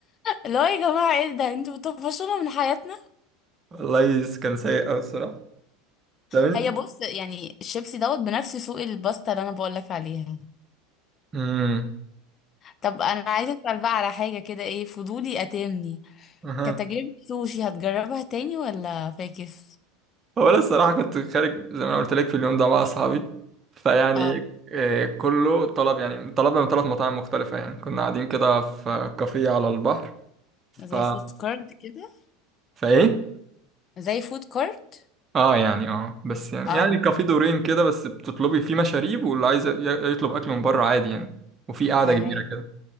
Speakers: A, on the left; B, on the right.
A: اللي هو يا جماعه ايه ده انتوا بتطفشونا من حياتنا
B: والله كان سيء قوي الصراحه تمام
A: هي بص يعني الشيبسي دوت بنفس سوق الباستا اللي انا بقول لك عليها
B: امم
A: طب انا عايزه اسال بقى على حاجه كده ايه فضولي قاتلني
B: <laughs>
A: كتجربه سوشي هتجربها تاني ولا فاكس
B: هو انا الصراحه كنت خارج زي ما انا قلت لك في اليوم ده مع اصحابي فيعني
A: اه
B: آه، كله طلب يعني طلبنا من ثلاث مطاعم مختلفه يعني كنا قاعدين كده في كافيه على البحر ف
A: زي فود كارت كده
B: فايه
A: زي فود كارت
B: اه يعني اه بس يعني
A: اه
B: يعني كافيه دورين كده بس بتطلبي فيه مشاريب واللي عايز ي- يطلب اكل من بره عادي يعني وفي قاعده
A: تمام
B: كبيره كده